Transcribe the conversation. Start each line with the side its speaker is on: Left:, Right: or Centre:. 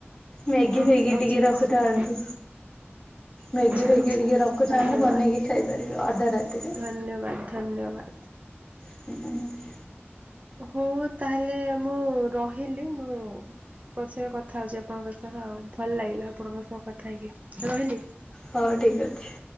Left: ମେଗି
Right: ରଖି
Left: ଫେଗି ଟିକେ
Right: ଅଛି
Left: ରଖୁଥାନ୍ତୁ।
Right: କିଛି ଆଉ ଆଚ୍ଛା
Left: ମ୍ୟାଗି ଫେଗି
Right: ଆଚ୍ଛା
Left: ଟିକେ ରଖୁଥାନ୍ତେ
Right: ଧନ୍ୟବାଦ।
Left: ବନେଇକି ଖାଇ ପାରିବେ ଅଧା ରାତିରେ
Right: ଧନ୍ୟବାଦ ଧନ୍ୟବାଦ
Left: <unintelligible>
Right: ହଉ ତାହେଲେ ମୁଁ ରହିଲି ମୁଁ ପଛରେ କଥା ହଉଚି ଆପଣଙ୍କ ସହ ଆଉ ଭଲ ଲାଗିଲା ଆପଣଙ୍କ ସହ କଥା ହେଇକି ରହିଲି।
Left: ହଉ ଠିକ୍ ଅଛି।